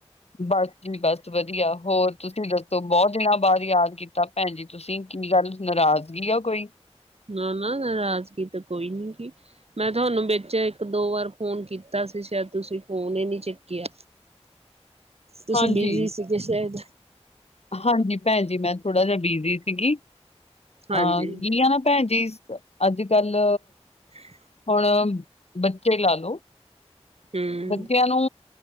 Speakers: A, on the left (about 65°); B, on the right (about 65°).
A: ਬਸ ਜੀ, ਬਸ ਵਧੀਆ। ਹੋਰ ਤੁਸੀਂ ਦੱਸੋ, ਬਹੁਤ ਦਿਨਾਂ ਬਾਅਦ ਯਾਦ ਕੀਤਾ ਭੈਣ ਜੀ। ਤੁਸੀਂ ਕੀ ਗੱਲ, ਨਰਾਜ਼ਗੀ ਆ ਕੋਈ?
B: ਨਾ-ਨਾ ਨਰਾਜ਼ਗੀ ਤਾਂ ਕੋਈ ਨੀਂਗੀ। ਮੈਂ ਥੋਨੂੰ ਵਿੱਚ ਇੱਕ-ਦੋ ਵਾਰ ਫੋਨ ਕੀਤਾ ਸੀ ਸ਼ਾਇਦ, ਤੁਸੀਂ ਫੋਨ ਹੀ ਨਹੀਂ ਚੁੱਕਿਆ। ਤੁਸੀ
A: ਹਾਂਜੀ,
B: ਬੀਜੀ ਸੀਗੇ ਸ਼ਾਇਦ।
A: ਹਾਂਜੀ ਭੈਣ ਜੀ, ਮੈਂ ਥੋੜਾ ਜਿਹਾ ਬੀਜ਼ੀ ਸੀਗੀ।
B: ਹਾਂਜੀ
A: ਹਾਂ, ਕੀਆ ਨਾ ਭੈਣ ਜੀ, ਅੱਜ-ਕੱਲ
B: <inaudible>
A: ਹੁਣ, ਬੱਚੇ ਲਾਲੋ
B: ਹਮ
A: ਬੱਚਿਆਂ ਨੂੰ